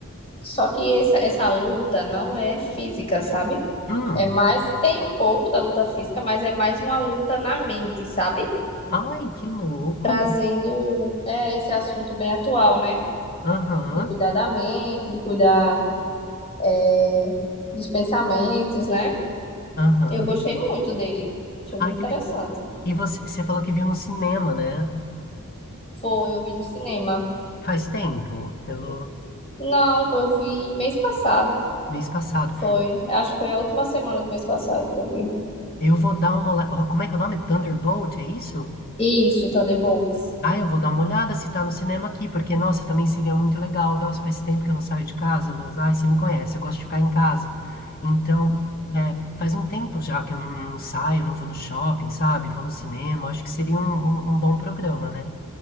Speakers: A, on the left; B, on the left.
A: Só que essa, essa luta não é física, sabe?
B: Hum.
A: É mais. Tem um pouco da luta física, mas é mais uma luta na mente, sabe?
B: Ai, que louco.
A: Trazendo é, esse assunto bem atual, né?
B: Aham,
A: De cuidar da mente, de cuidar é, dos pensamentos, né?
B: aham.
A: Eu gostei muito dele. Achei
B: Ah,
A: muito
B: que
A: interessante.
B: le- E você, você falou que viu no cinema, né?
A: Foi, eu vi no cinema.
B: Faz tempo, pelo
A: Não, eu vi mês passado.
B: mês passado.
A: Foi. Acho que foi a última semana do mês passado que eu vi.
B: Eu vou dar uma olhada. Oh, como é que é o nome? Thunderbolt, é isso?
A: Isso, Thunderbolts.
B: Ah, eu vou dar uma olhada se tá no cinema aqui, porque, nossa, também seria muito legal. Nossa, faz tempo que eu não saio de casa, Lô. Ai, você me conhece, eu gosto de ficar em casa. Então, é, faz um tempo já que eu não, não saio, não vou no shopping, sabe? Vou no cinema. Acho que seria um, um- um bom programa, né?